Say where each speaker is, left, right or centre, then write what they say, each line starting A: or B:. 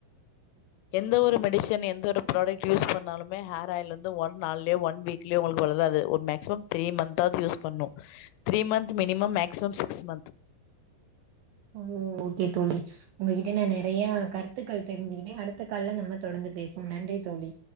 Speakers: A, on the left; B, on the right.
A: எந்த ஒரு மெடிசன் எந்த ஒரு ப்ராடக்ட் யூஸ் பண்ணாலுமே ஹேராயில் வந்து ஒன் நாள்ளே ஒன் வீக் இல்ல உங்களுக்கு வளறாது ஒ மேக்சிமம் த்ரீ மந்த்தாது யூஸ் பண்ணு three month minimum maximum six month
B: ம் ஓகேத் தோழி உங்ககிட்ட நா நிறையா கருத்துக்கள் தெரிஞ்சுக்கிட்ட அடுத்த கால்ல நம்ம தொடர்ந்து பேசுவோ நன்றி தோழி